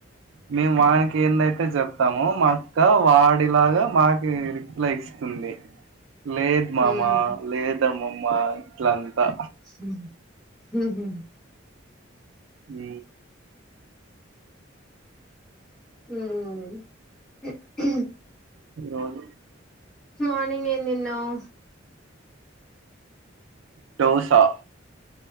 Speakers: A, on the right; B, in the centre.
A: మేము వానికి ఏందైతే చెప్తామో మా అక్క వాడిలాగా మాకి రిప్లై ఇస్తుంది లేదు మామా
B: మ్మ్
A: లేదమ్మమ్మ ఇట్లంతా
B: ఉం ఉహు
A: మీ
B: ఉహు
A: అవును
B: మార్నింగ్ ఏం తిన్నావు.
A: దోసా